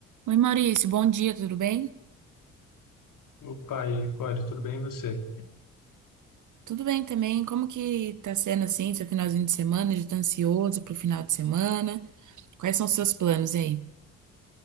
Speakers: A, on the right; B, on the left.
A: Oi, Maurício, bom dia, tudo bem?
B: Opa, e aí, Cláudio, tudo bem e você?
A: Tudo bem também. Como que tá sendo assim, seu finalzinho de semana? Já tá ansioso pro final de semana? Quais são os seus planos aí?